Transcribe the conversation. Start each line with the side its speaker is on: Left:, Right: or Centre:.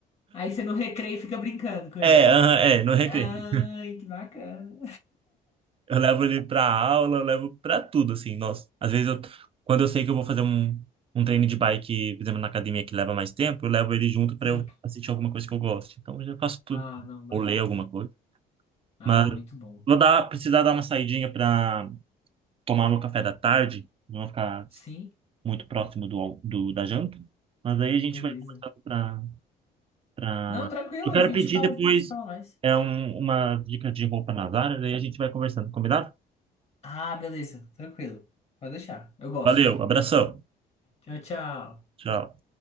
Left: Aí você no recreio fica brincando com ele.
Right: É, aham, é, no recreio.
Left: Ai, que bacana.
Right: Eu levo ele pra aula, eu levo pra tudo, assim, nossa. Às vezes, eu, quando eu sei que eu vou fazer um, um treino de bike, por exemplo, na academia que leva mais tempo, eu levo ele junto pra
Left: Sim.
Right: eu assistir alguma coisa que eu gosto. Então, eu já faço tudo.
Left: Ah, não, bacana.
Right: Ou ler alguma coisa.
Left: Ah,
Right: Mas
Left: muito bom.
Right: vou dar, precisar dar uma saidinha pra tomar meu café da tarde, não vou ficar
Left: Sim,
Right: muito próximo do, al- do da janta. Mas aí a gente
Left: beleza.
Right: vai conversando pra, pra...
Left: Não, tranquilo,
Right: Eu
Left: a
Right: quero
Left: gente
Right: pedir
Left: fala,
Right: depois
Left: se fala mais.
Right: é um, uma dica de roupa nas áreas, aí a gente vai conversando, combinado?
Left: Ah, beleza, tranquilo. Pode deixar. Eu gosto.
Right: Valeu, abração.
Left: Tchau, tchau.
Right: Tchau.